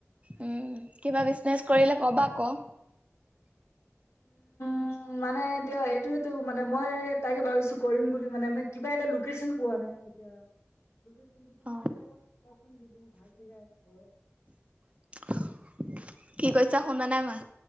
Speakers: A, on the right (about 25°); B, on the left (about 80°).
A: উম, কিবা বিজনেচ কৰিলে কবা আকৌ।
B: উম, মানে এতিয়া সেইটোয়েতো, মানে মই তাকে ভাবিছো কৰিম বুলি মানে কিবা এটা লোকেশ্যন পোৱা না নাই এতিয়া। লোকেশ্যনটো তোমাৰ
A: অ
B: ফালে চাবাচোন যদি ভাল জেগা <unintelligible>
A: <inaudible> কি কৈছা শুনা নাই মই।